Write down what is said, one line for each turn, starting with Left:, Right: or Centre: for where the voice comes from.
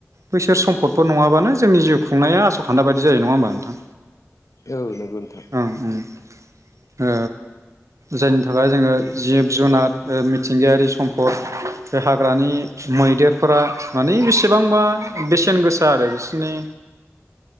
Right: बैसोर सम्फदफोर नङा बानो जोंनि जिउ खुंनाया आस'खान्दा बायदि जायो नङा होमबा नोंथां?
Left: औ नंगौ नोंथां।
Right: ओं ओं ओ जायनि थाखाय जोङो जिब जुनार मिथिंगायारि सम्फद बे हाग्रानि मैदेरफोरा मानि बेसेबांबा बेसेन गोसा आरो बि सिनि